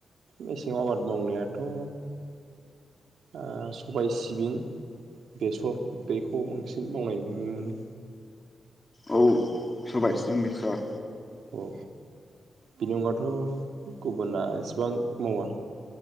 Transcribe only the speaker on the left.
औ सबाय
सिबिं बेसवर